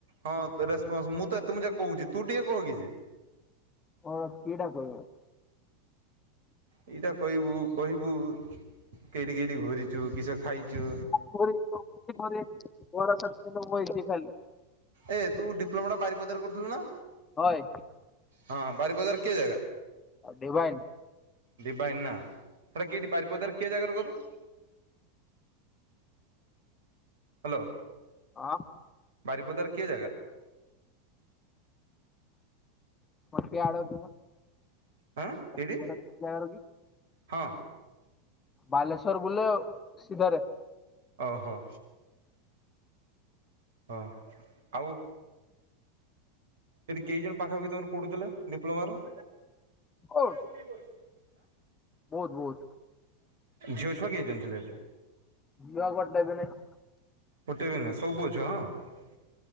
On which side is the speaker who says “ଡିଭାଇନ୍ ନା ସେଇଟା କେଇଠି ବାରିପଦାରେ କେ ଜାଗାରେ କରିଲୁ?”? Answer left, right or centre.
Right